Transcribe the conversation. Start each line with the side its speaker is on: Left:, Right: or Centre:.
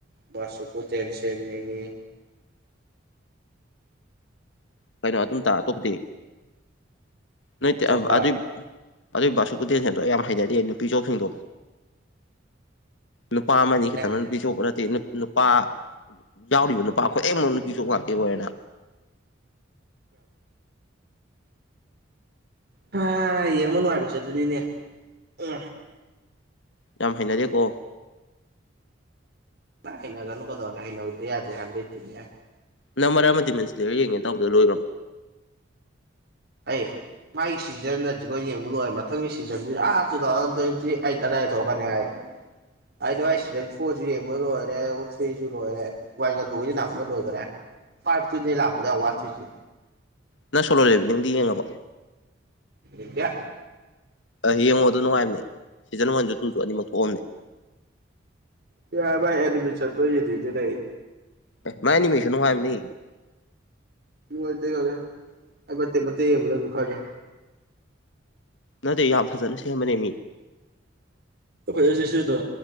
Right: ꯃꯁꯨꯀ ꯇꯦꯟꯁꯤꯟꯅꯤꯡꯉꯤ
Left: ꯀꯩꯅꯣ ꯑꯗꯨꯝ ꯇꯥꯇꯣꯗꯤꯦ ꯅ
Right: ꯑꯇꯣꯞꯄ
Left: ꯑꯗꯨꯏ ꯑꯗꯨꯏ ꯕꯥꯁꯨ ꯀꯨꯇꯦꯜ ꯁꯦꯟꯗ꯭ꯔꯣ ꯌꯥꯝ ꯍꯩꯅꯗꯌꯦ ꯅꯨꯄꯤꯆꯧꯁꯤꯡꯗꯣ ꯅꯨꯄꯥ
Right: ꯌꯥꯔꯦ
Left: ꯑꯃꯅꯤ ꯈꯤꯇꯪꯅ ꯅꯨꯄꯤ ꯆꯣꯛꯄ ꯅꯠꯇꯦ ꯅꯨꯄꯥ ꯌꯥꯎꯔꯤꯕ ꯅꯨꯄꯥ ꯈꯠꯃꯨꯛ ꯅꯨꯄꯤ ꯆꯣꯛꯉ ꯇꯤꯅ
Right: ꯍꯥ ꯌꯦꯡꯕ ꯅꯨꯡꯉꯥꯏꯕꯁꯦ ꯑꯗꯨꯅꯤꯅꯦ ꯎ
Left: ꯌꯥꯝ ꯍꯩꯅꯗꯦꯀꯣ
Right: ꯍꯅꯒꯨ ꯀꯗꯧꯑꯒ ꯍꯥꯏꯅ ꯎꯗ ꯑꯗꯦ ꯍ ꯏꯇꯅ
Left: ꯅꯪ ꯃꯔꯥ ꯑꯃꯗꯤ ꯃꯦꯟꯁꯤꯂꯔ ꯌꯦꯡꯉꯦ ꯇꯗ ꯂꯣꯏꯈ꯭ꯔꯕꯣ
Right: ꯑꯩ ꯃꯥꯏ ꯁꯤꯖꯅꯖꯤ ꯌꯦꯡꯕꯨ ꯂꯨ ꯃꯊꯪꯒꯤ ꯁꯤꯖꯟꯁꯤꯗꯤ ꯑꯥ ꯇꯨ ꯊꯥꯎꯖꯟ ꯇ꯭ꯋꯦꯟꯇꯤ ꯑꯩꯠ ꯑꯗꯥꯏꯗ ꯊꯣꯛꯀꯅꯤ ꯍꯥꯏ ꯍꯥꯏꯗꯤ ꯋꯥꯏꯁꯤꯗ ꯐꯣꯔꯁꯨ ꯌꯦꯡꯕ ꯂꯣꯏꯔꯦ ꯊ꯭ꯔꯤꯁꯨ ꯂꯣꯏꯔꯦ ꯋꯥꯏꯊꯨꯒꯁꯤ ꯅꯅꯥꯃꯨꯅ ꯂꯣꯏꯈꯔꯦ ꯄꯥꯏꯞꯁꯨꯨ ꯂꯥꯛꯄꯨꯗ ꯋꯥꯆꯨꯆ
Left: ꯅꯪ ꯁꯣꯂꯣꯨꯔꯦꯕ ꯅꯤꯡꯗꯤ ꯌꯦꯡꯉꯕ
Right: ꯏꯗꯌꯥ
Left: ꯑ ꯌꯦꯡꯉꯣ ꯑꯗꯨ ꯅꯨꯡꯉꯥꯏꯕꯅꯦ ꯁꯤꯖꯟ ꯋꯥꯟꯁꯨ ꯇꯨꯁꯨ ꯑꯅꯤꯃꯛ ꯊꯣꯛꯑꯝꯅꯦ
Right: ꯌꯥ ꯥꯏ ꯑꯦꯗꯃꯤꯁꯟ ꯇ ꯌꯦꯔꯤꯗꯤꯔ
Left: ꯑꯦ ꯃꯥꯏꯅꯤꯃꯤꯁꯨꯅꯨ ꯍꯥꯏꯝꯅꯤ
Right: ꯉꯦꯛ ꯈꯒꯦ ꯑꯩ ꯃꯇꯦꯛ ꯃꯇꯦꯛ ꯌꯦꯡꯕꯗ ꯑꯗꯨ ꯈꯒꯦ
Left: ꯅꯠꯇꯦ ꯌꯥꯝ ꯐꯖꯅ ꯁꯦꯝꯕꯅꯦ ꯃꯤ
Right: ꯐꯩꯣ ꯁꯤ ꯁꯨꯗꯣ